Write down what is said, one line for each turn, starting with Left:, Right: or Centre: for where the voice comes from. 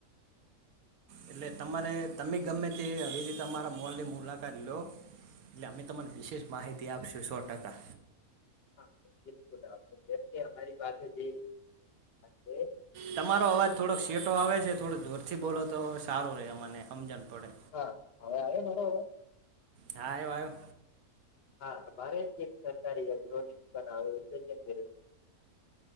Right: એટલે તમારે તમે ગમે તે હવે તમારા મોલની મુલાકાત લો એટલે અમે તમને વિશેષ માહિતી આપીશું સો ટકા.
Left: હા બિલકુલ આવશે જેમ કે અમારી પાસે જે હે?
Right: તમારો અવાજ થોડોક સેટો આવે છે થોડો જોરથી બોલો તો હવે સારું રે મને સમજણ પડે.
Left: હા હવે આવે મારો અવાજ?
Right: હા આવ્યો આ્યો.
Left: હા અમારે એક સરકારી હ ગ્રહ <inaudible> આવે છેિર આવે છે <inaudible>